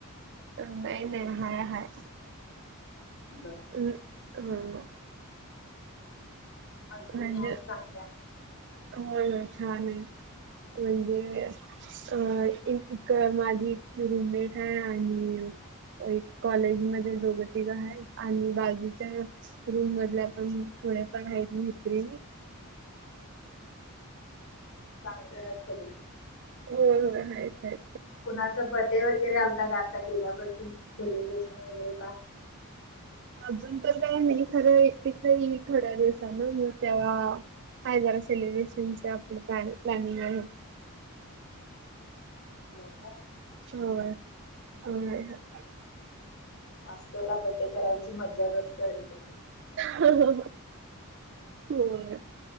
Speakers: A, on the right; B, on the left.
A: नाहीई नाहीई हाय हाय.
B: तर.
A: ् हो <inaudible>
B: मैत्रिणी
A: म्हणजे
B: आज सांगितल्या.
A: होय होय छान आहे म्हणजे असं. अ इ माझी रूममेट आहे आणि. एक कॉलेज मध्ये दोघ तिघ आहेत आणि बाजूच्या. रूम मधल्या पण थोड फार आहेत मैत्रीणी.
B: चांगल्या आहे सगळी.
A: होय होय हाय हाय.
B: कुणाचा बर्थडे वगैरे आता का आता गेल्यापासून सेलिब्रेशन वगैरे काय.
A: अजून तर काय नाही खरं एकटीच मी थोड्या दिवसान मग तेव्हा. हाय जरासेलिब्रेशनचचे आपलं प्लॅन प्लॅनिंग आहे.
B: होय काय.
A: हो हो <unintelligible>
B: हॉस्टेल ला बर्थडे करायची मज्जा आत्या वेगळी.
A: ह ह ह, होय